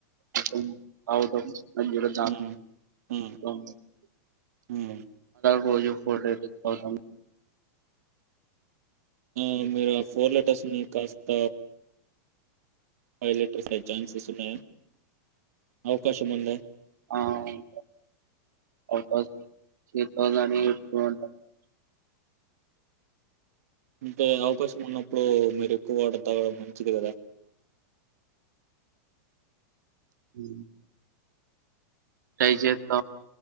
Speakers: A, on the right; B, on the right.
A: <inaudible> తాగుతం మధ్యలో
B: ఉమ్, ఉమ్,
A: <unintelligible>
B: ఉమ్.
A: రోజొ <unintelligible> తాగుతాం
B: మ్ మీరు ఆ ఫోర్ లెటర్స్ ని కాస్త ఫైవ్ లేటర్స్ అయ్యే ఛాన్సస్ ఉన్నాయ అవకాశం ఉందా
A: ఆ ఉం అవకాశం చేతం కానీ <unintelligible>
B: ఇంకా అవకాశం ఉన్నప్పుడు మీరు ఎక్కువ వాటర్ తాగడం మంచిది గదా
A: ఉ టై చెత్త